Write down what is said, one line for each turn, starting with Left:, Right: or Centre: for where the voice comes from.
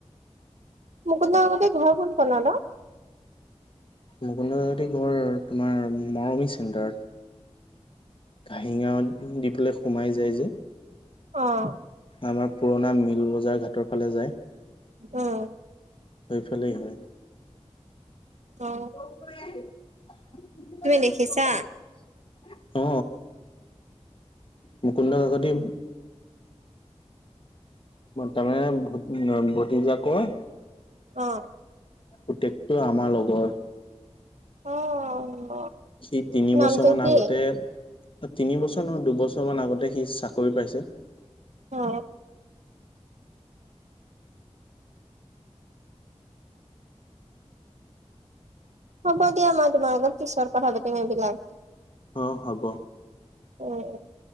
Right: মুকুন্দ কাকতিৰ ঘৰ কোন কনত অ,?
Left: মুকুন্দ কাকতিৰ ঘৰ তোমাৰ, মৰমি চেণ্টাৰত। ঘাঁহি গাওঁ দি পেলাই সোমাই যায় যে
Right: অ',
Left: আমাৰ পুৰণা মিল বজাৰ ঘাটৰ ফালে যায়।
Right: উম,
Left: সেইফালেই হয়।
Right: অ।
Left: <unintelligible>
Right: তুমি দেখিছা?
Left: অ মুকুন্দ কাকতি তাৰমানে ভতিজাকৰ
Right: অ',
Left: পুতেকটো আমাৰ লগৰ।
Right: অ',
Left: সি তিনি
Right: নামটো
Left: বছৰ মান
Right: কি?
Left: আগতে তিনিবছৰ নহয় দুবছৰ মান আগতে সি চাকৰি পাইছে।
Right: অ। হ'ব দিয়া মই তোমাৰ লগত পিছত কথা পাতিম এইবিলাক।
Left: অ হ'ব।
Right: <unintelligible>